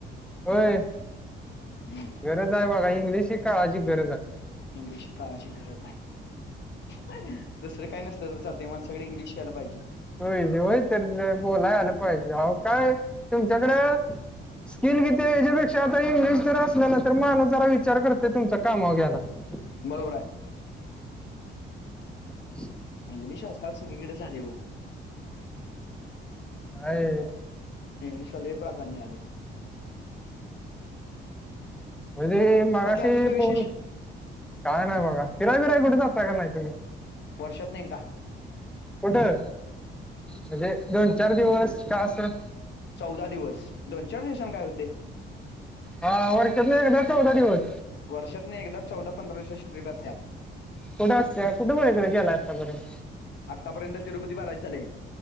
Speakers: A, in the centre; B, on the left (about 60°).
A: होय
B: हम्म.
A: गरज आहे बघा इंग्लिश ही काळची गरज आहे
B: इंग्लिश ही काळाची गरज आहे. दुसरं काय नसलं तर चालतय माणसाकडे इंग्लिश या्यला पाहिजे.
A: होय होय तर बोलाय आलं पाहिजे अहो काय तुमच्याकड स्किल किती याच्यापेक्षा आता इंग्लिश जर असलं ना तर माणूस जरा विचार करते तुमचा कामाव घ्याला मी.
B: बरोबर आहे.
A: हं.
B: इंग्लिश आजकाल सगळीकडे झाले हो.
A: हाय.
B: इंग्लिशला लय प्राधान्य आले.
A: म्हणे मगाशी
B: बाकी अजून काय विशेष?
A: फोन काय नाही बघा फिराय बिराई कुठ जाता का नाही तुम्ही.
B: वर्षातन एकदा
A: कुठं म्हणजे दोन चार दिवस का असं.
B: चौदा दिवस दोन चार दिवसान काय होतंय.
A: हा वर्षातन एकदा चौदा दिवस.
B: वर्षातन एकदा चौदा पंधरा दिवाची ट्रिप असत्या.
A: कुठं असंत्या कुठं पर्यंत गेला आतार्यंत.
B: आत्तापर्यंत तिरुपती बालाजि झाले.